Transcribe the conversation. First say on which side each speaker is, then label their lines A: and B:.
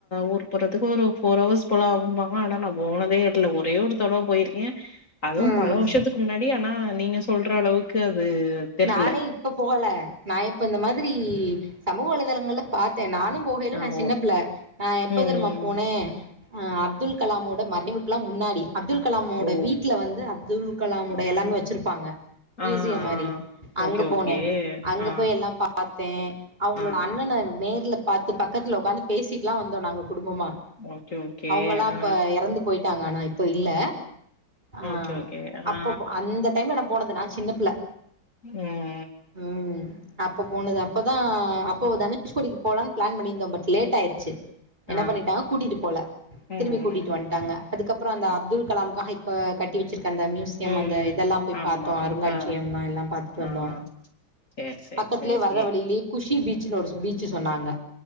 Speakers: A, on the left; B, on the right.
A: ஊர்க்கு போறதுக்கு ஒரு ஃபோர் ஹவர்ஸ் இப்பல ஆகும்பாங்க ஆனா நா போனதே இல்ல ஒரே ஒரு தடவ போயிருக்கே அதுவு
B: ம்
A: பல வர்ஷத்துக்கு முன்னாடி ஆனா நீங்க சொல்ற அளவுக்கு அது தெர்ல
B: நானே இப்ப போகல நா இப்ப இந்த மாதிரி சமூக வலைதளங்கள்ல பாத்தே நானும் போகையில
A: ஆ
B: நா சின்னப்பிள்ள
A: ஓ
B: நா எப்போதெர்மா
A: ம்
B: போனே
A: ம்
B: அப்துல் கலாமோட மறைவுக்குலா முன்னாடி அப்துல் கலாமோட
A: ஓ
B: வீட்ல வந்து அப்துல் கலாமோட
A: ஆ
B: எல்லாமே வச்சுருப்பாங்க
A: ஆ ஆ
B: மியூசியம் மாரி அங்க
A: ஓகே ஓகே
B: போனே அங்க
A: ஆ
B: போய் எல்லா பாத்தே அவங்களோட
A: ஆ ஆ
B: அண்ணன
A: ஆ.
B: எனக் நேர்ல பாத்து பக்கத்துல உக்காந்து பேசிட்டுலா வந்தோ நாங்க குடும்பமா
A: ஓகே ஓகே
B: அவங்கல்லா இப்ப
A: ஆ
B: எறந்து போயிட்டாங்க ஆனா இப்ப இல்ல
A: ஆ
B: ஆ
A: ஓகே ஓகே
B: அப்ப
A: ஆ
B: அந்த டைம் ல நா போனது நா சின்னப்பிள்ள
A: ம்
B: ம் அப்ப போனது அப்பதா அப்போ தனுஷ்கோடிக்கு போலான்னு பிளான் பண்ணிந்தோ பட் லேட் ஆயிருச்சு
A: ஆ
B: என்ன பண்ணிட்டாங்க கூட்டிட்டு போல
A: ம்
B: திரும்பி கூட்டிட்டு வண் டாங்க அதுக்கப்பற அந்த
A: ம் ம்
B: அப்துல் கலாம்காக இப்ப கட்டி வச்சிருக்க அந்த மியூஸ் சியம்
A: ம்
B: அந்த இதெல்லா போய்
A: ஆமா
B: பாத்தோ அந்த அருங்காட்சியம்
A: ஆ
B: எல்லாம் பாத் வந்தோ
A: ஆ சேரி சேரி
B: பக்கத்லே
A: சேரி
B: வர்ற வழிலே குஷி பீச்னு ஒரு பீச் சொன்னாங்க